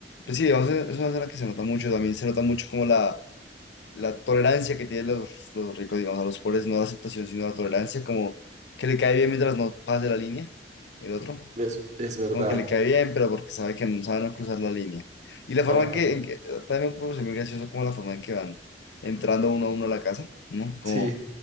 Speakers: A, on the left (about 75°); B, on the right (about 40°).
A: Pues sí, digamos, es es una escena que se nota mucho, también se nota mucho como la, la tolerancia que tienen los, los ricos, digamos, a los pobres, no la aceptación, sino la tolerancia, como que le cae bien mientras no pase la línea, el otro.
B: Es, es verdad.
A: como que le cae bien, pero porque sabe que no sabe no cruzar la línea. Y la forma
B: Ajá.
A: en que, en que- también me parece muy gracioso como la forma en que van entrando uno a uno a la casa, ¿no? Como
B: Sí,